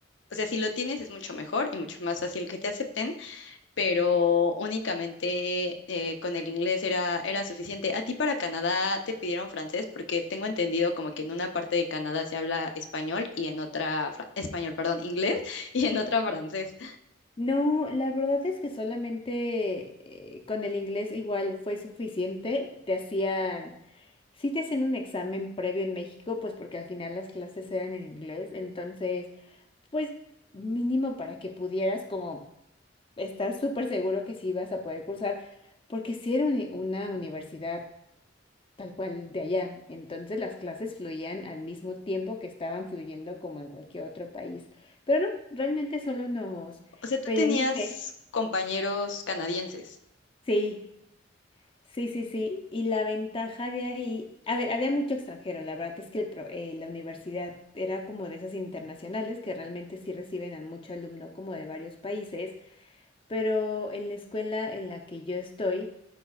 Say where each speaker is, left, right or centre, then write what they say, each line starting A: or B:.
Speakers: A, on the left; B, on the left.
A: o sea, si lo tienes es mucho mejor y mucho más fácil que te acepten, pero únicamente eh, con el inglés era, era suficiente. ¿A ti para Canadá te pidieron francés? Porque tengo entendido como que en una parte de Canadá se habla español y en otra, fra- español, perdón, inglés <laughs> y en otra francés.
B: No, la verdad es que solamente eh, con el inglés igual fue suficiente. Te hacían, sí te hacían un examen previo en México, pues porque al final las clases eran en inglés, entonces, pues mínimo para que pudieras como estar súper seguro que sí vas a poder cursar, porque sí era uni- una universidad tal cual de allá. Entonces las clases fluían al mismo tiempo que estaban fluyendo como en cualquier otro país. Pero no, realmente solo nos
A: O sea, tú
B: pedían
A: tenías
B: inglés.
A: compañeros canadienses.
B: Sí, sí, sí, sí. Y la ventaja de ahí, a ver, había mucho extranjero. La verdad es que el pro- eh, la universidad era como de esas internacionales que realmente sí reciben a mucho alumno como de varios países. Pero en la escuela en la que yo estoy,